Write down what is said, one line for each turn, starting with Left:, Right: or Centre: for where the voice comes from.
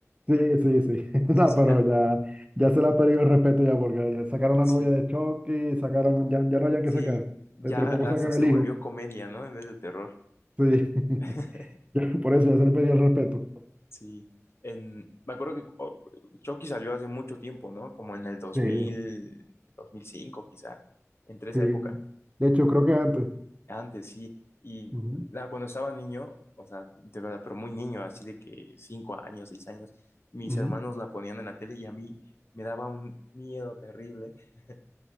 Right: Sí, sí, sí.
Left: <laughs>
Right: <laughs> No,
Left: Sí, sí,
Right: pero
Left: tam-
Right: ya, ya se le ha perdido el respeto ya porque ya sacaron la
Left: sí.
Right: novia de Chucky, sacaron, ya, ya no hayan que
Left: Sí,
Right: sacar.
Left: ya
Right: Entre poco
Left: hasta
Right: sacan
Left: se
Right: el
Left: volvió
Right: hijo.
Left: comedia, ¿no? En vez de terror.
Right: Sí. <laughs>
Left: <laughs>
Right: Ya, por eso ya se le perdió el respeto.
Left: Sí, en, me acuerdo que o- Chucky salió hace mucho tiempo, ¿no? Como en el 2000,
Right: Sí,
Left: 2005 quizá, entre esa
Right: sí.
Left: época.
Right: De hecho, creo que antes.
Left: Antes, sí. Y
Right: Ujú,
Left: la, cuando estaba niño, o sea, de verdad, pero muy niño, así de que cinco años, seis años, mis
Right: ujú.
Left: hermanos la ponían en la tele y a mí me daba un miedo terrible. <laughs>